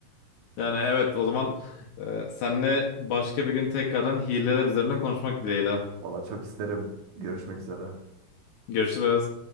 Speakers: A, on the left; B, on the right.
A: Yani evet o zaman e, senle başka bir gün tekrardan hileler üzerine konuşmak dileğiyle.
B: Valla çok isterim. Görüşmek üzere.
A: Görüşürüz.